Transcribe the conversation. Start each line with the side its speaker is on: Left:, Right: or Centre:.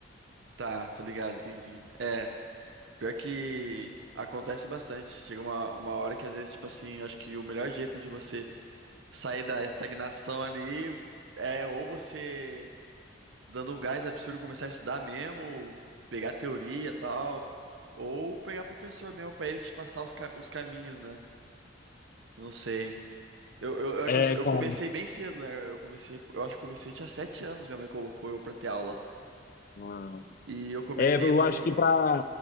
Right: Tá, tô ligado, entendi. É, pior que acontece bastante. Chega uma, uma hora que às vezes, tipo assim, acho que o melhor jeito de você sair da estagnação ali é ou você dando um gás absurdo começar a estudar mesmo, pegar teoria e tal, ou pegar professor mesmo pra ele te passar os, ca- os caminhos, né? Não sei. Eu, eu, eu aconse-
Left: É,
Right: eu
Left: cara.
Right: comecei bem cedo, né? Eu comecei, eu acho que comecei tinha sete anos, minha mãe colocou eu pra ter aula.
Left: Ah.
Right: E eu comecei
Left: É, eu
Right: no.
Left: acho que pra.